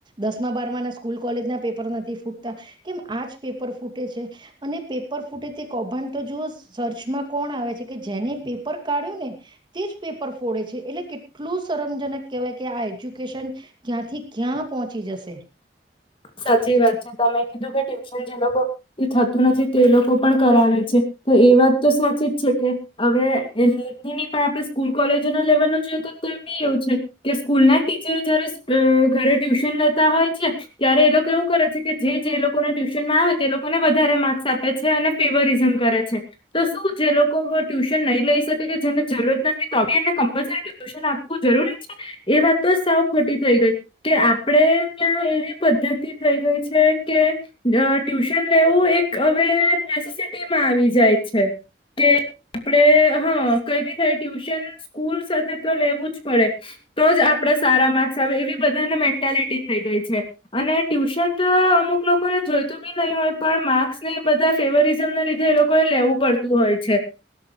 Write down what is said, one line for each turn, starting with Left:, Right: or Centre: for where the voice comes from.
Right: દસમા બાર ના સ્કૂલ કોલેજ ના પેપર નથી ફૂટતા કેમ આજ પેપર ફૂટે છે અને પેપર ફૂટે તે કૌભાંડ તો જુઓ સર્ચમાં કોણ આવે છે કે જેને પેપર કા્યું ને તે જ પેપર ફોડે છે એટલે કેટલું શરમજનક કહેવાય કે આ એજ્યુકેશન ક્યાંથી ક્યાં પહોંચી જશે
Left: સાચી વાત છે તમે કીધું કે ટ્યુશન જે લોકો થતું નથી તે લોકો પણ કરાવે છે તો એ વાત તો સાચી જ છે કે હવે એ નીતિની પા આપણે સ્કૂલ કોલેજો ના લેવાનું જોયએ તો બી એવું છે કે સ્કૂલ ના ટીચર જયારે ઘરે ટ્યુશન લેતા હોય છે ત્યારે એ લોકો એવું કરે છે કે જે લોકોને ટ્યુશન માં આવે તે લોકોને વધારે માર્ક્સ આપે છે અને ફેવરિઝમ કરે છે તો શું જે લોકો ટ્યુશન નહી લઈ શકે કે જેને જરૂરત નથી તોી એને કમ્પલસરી ટ્યુશન આપ જરૂરી છે એ વાત તો સાવ ખોટી થઈ ગઈ કે આપડે ત્યાં એવી પદ્ધતિ થઈ ગઈ છે કે ટ્યુશન લેવું એક હવે નેસેસિટીમાં આવી જાય છે કે આપડે હા કઈ બી થાય ટ્યુશન સ્કૂલ સાથે તો લેવું જ પડે તો જ આપણે સારા માર્સ આવે એવી બધાને મેન્ટલિટી થઈ ગઈ છે અને ટ્યુશન તો અમુક લોકોને જોઈતું બી નહીિ હોય પણ માર્ક્સ ને એ બધા ફેવરિઝમ ના લીધે એ લોકોએ લેવું પડતું હોય છે <inaudible> <inaudible>